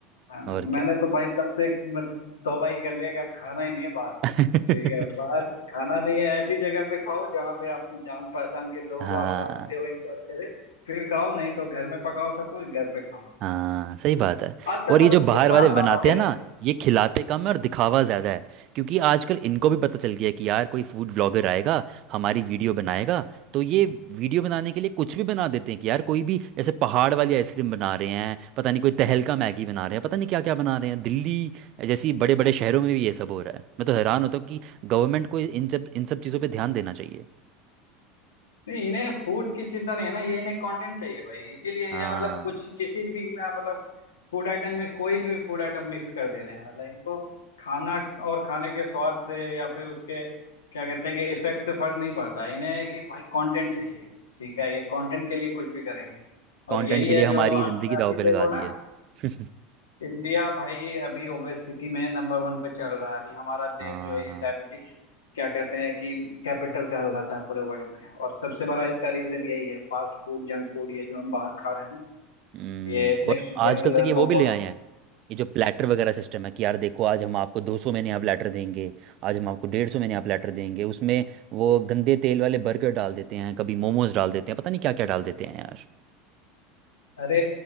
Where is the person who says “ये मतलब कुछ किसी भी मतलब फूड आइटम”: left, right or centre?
Left